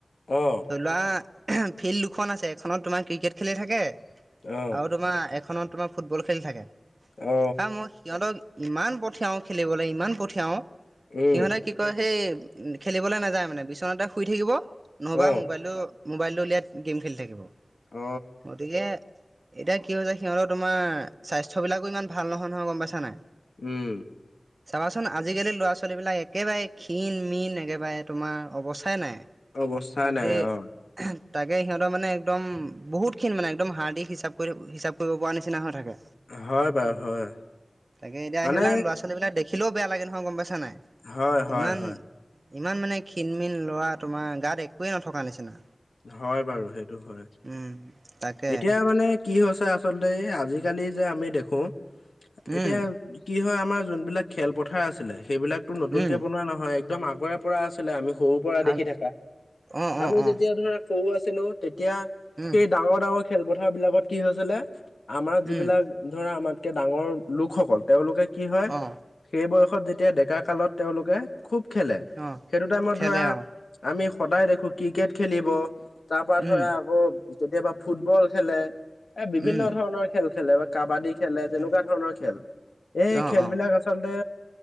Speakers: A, on the left; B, on the right.
A: অ
B: ধৰি লোৱা। ফিল্ড দুখন আছে এখনত তোমাৰ ক্ৰিকেট খেলি থাকে
A: অ
B: আৰু তোমাৰ এখন ত তোমাৰ ফুটবল খেলি থাকে
A: অ অ
B: কাৰণ মই সিহঁতক ইমান পঠিয়াওঁ খেলিবলৈ ইমান পঠিয়াওঁ
A: উম
B: সিহঁতে কি কয় সেই খেলিবলৈ নাযায় মানে বিচনাতে শুই থাকিব, নহ'বা
A: অ
B: মোবাইলটো মোবাইলটো উলিয়াই গেম খেলি থাকিব
A: অ
B: গতিকে এতিয়া কি হৈছে সিহঁতৰ তোমাৰ স্বাস্থ্য বিলাকো ইমান ভাল নহয় নহয় গম পাইছা নাই?
A: উম
B: চাবাচোন আজিকালি ল'ৰা ছোৱালীবিলাক একেবাৰে ক্ষীণ মীন একেবাৰে তোমাৰ অৱস্থাই নাই।
A: অৱস্থা
B: গোটেই
A: নাই অ
B: তাকে সিহঁতৰ মানে একদম বহুতখিন মানে একদম হাৰ্ডিক হিচাপ কৰি হিচাপ কৰিব পৰা নিচিনা হৈ থাকে।
A: হয় বাৰু হয়।
B: তাকে এতিয়া
A: মানে
B: সেইবিলাক ল'ৰা ছোৱালীবিক দেখিলেও বেয়া লাগে নহয় গম পাই নাই।
A: হয় হয়
B: ইমান
A: হয়
B: ইমান মানে ক্ষিণমিন ল'ৰা তোমাৰ গাত একোৱে নথকা নিচিনা।
A: হয় বাৰু সেইটো হয়
B: উম তাকে
A: এতিয়া মানে কি হৈছে আচলতে আজিকালি যে আমি দেখো এতিয়া
B: উম
A: কি হয় আমাৰ যোন বিলাক খেলপথাৰ আছিলে সেই বিলাকতো নতুনকে
B: উম
A: বনোৱা নহয় একদম আগৰে পৰা আছিলে আমি সৰু পৰা দেখি
B: আ
A: থাকা
B: অ
A: আমি
B: অ অ
A: যদি সৰু আছিলো তেতিয়া
B: উম
A: সেই ডাঙৰ ডাঙৰ খেলপথাৰ বিলাকত কি হৈছিলে। আমাৰ যিবিলাক
B: উম
A: ধৰা আমাতকে ডাঙৰ লোকসকল তেওঁলোকে কি হয়
B: অ',
A: সেই বয়স সত যেতিয়া ডেকা কালত তেওঁলোকে খুব খেলে
B: অ',
A: সেইটো টাইমত
B: খেলে
A: ধৰা
B: অ',
A: আমি সদায় দেখো ক্ৰিকেট খেলিব, তাৰ পৰা ধৰা
B: উম,
A: আকৌ কেতিয়াবা ফুটবল খেলে এ বিভিন্ন
B: উম,
A: ধৰণৰ খেল খেলে বা কাবাডী খেলে তেনেকুৱা
B: উম,
A: ধৰণৰ খেল এই
B: অ',
A: খেলবিলাক
B: অ',
A: আচলতে